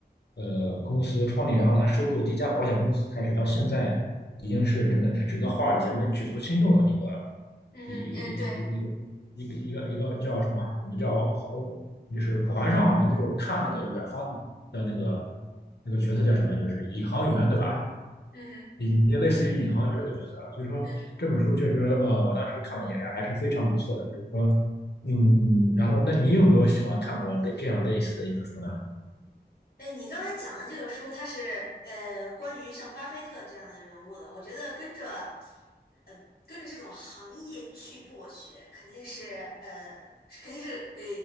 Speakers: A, on the left; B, on the left.
A: 呃公司创立，然后他收购第一家保险公司开始，到现在已经是真的是整个华尔街里面举足轻重的一个
B: 嗯哼，
A: 一一一一个一个一个一个叫什么？
B: 呃，对，
A: 我们叫就是船上我们就看那个远方的那个那个角色叫什么？就是宇航员对吧？
B: 嗯哼，
A: 也就类似于宇航员这个角色啊，所以说这本书确实呃我当时看了也还是非常不错的，
B: 对，
A: 比如说。嗯，然后那你有没有喜欢看过类这样类似的一本书？呢？
B: 哎，你刚才讲的这个书，它是呃关于像巴菲特这样的人物的，我觉得跟着呃跟着这种行业巨擘学，肯定是呃是肯定是呃